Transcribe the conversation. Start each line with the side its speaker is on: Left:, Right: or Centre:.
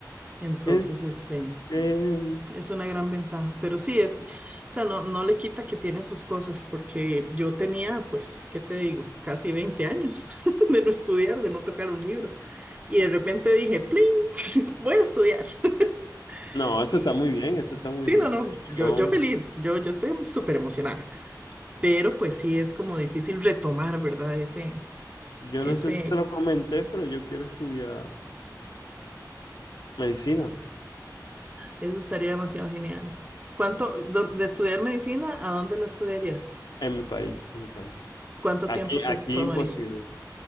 Right: Entonces,
Left: ¿Qué,
Right: este,
Left: qué,
Right: Es una gran ventaja, pero sí es, o sea, no, no le quita que tiene sus cosas, porque yo tenía, pues, ¿qué te digo? Casi 20 años <laughs> de no estudiar, de no tocar un libro. Y de repente dije, ¡pling! <laughs> Voy a estudiar. <laughs>
Left: No, eso
Right: Y
Left: está muy bien, eso está muy
Right: sí,
Left: bien.
Right: no, no, yo,
Left: Yo,
Right: yo feliz, yo, yo estoy súper emocionada, pero pues sí es como difícil retomar, ¿verdad? Ese,
Left: yo
Right: ese,
Left: no sé si te lo comenté, pero yo quiero estudiar medicina
Right: eso estaría demasiado genial. ¿Cuánto, do- de estudiar medicina, a dónde la estudiarías?
Left: en mi país, en mi país.
Right: ¿Cuánto
Left: Aquí,
Right: tiempo te
Left: aquí
Right: tomaría?
Left: imposible.